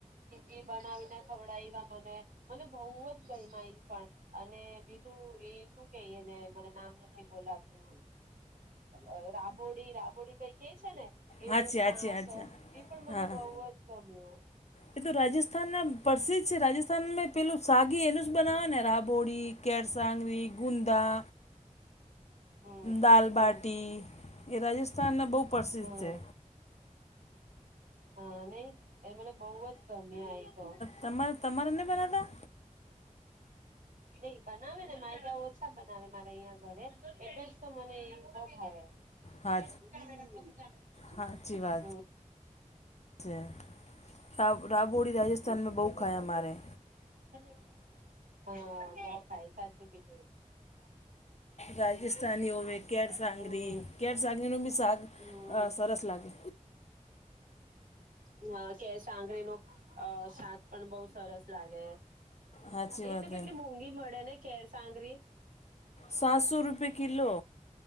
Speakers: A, on the right; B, on the left.
A: ઈ બનાવી ના ખવડાવી તો મને મને બહુ જ ગઈ મા એ પણ અને બીજું એ શું કેહીયને મને નામ નથી બોલાતું અ રાબોડી રાબોડી કઈ કે છે ને એનું
B: હાચી
A: શાક
B: હાચી હાચી
A: એ પણ મને
B: હા
A: બહુ જ ગમ્યું.
B: એ તો રાજસ્થાન ના પ્રસિદ્ધ છે. રાજસ્થાન મેં પેલું સાગી એનું જ બનાવે ને રાબ? બોડી, કેર સાંગવી, ગુંદા
A: હમ
B: દાલબાટી
A: હમ
B: એ રાજસ્થાનના બહુ પ્રસિદ્ધ
A: હમ
B: છે.
A: હા નહીં. એ મને બહુ જ ગમ્યાં એ તો.
B: તમાર તમારે નહીં બનાવતા?
A: નહીં બનાવે ને, માંડા ઓછા બનાવે મારા અહીંયા ઘરે, એટલે જ તો મને ઈ બહું ભાવે. <unintelligible>
B: હા સાચી વાત છે. <unintelligible> રાબોડી રાજસ્થાનમાં
A: બીજું
B: બહુ
A: બોલો
B: ખાયે
A: તમે
B: અમારે.
A: હા બહું ખાય. સાચું કીધ
B: રાજસ્થાનની હોવે કેર સાંગરી,
A: હમ
B: કેર સાંગરીનું બી શાગ
A: હમ
B: અહ સરસ લાગે.
A: <unintelligible> કેર સાંગરીનું અહ શાક પણ બહું સરસ લાગે.
B: સાચી
A: એ
B: વાત
A: તો
B: છે
A: કેટલી મોંઘી મળે ને કેર સાંગરી?
B: સાતસો રૂપિયા કિલો.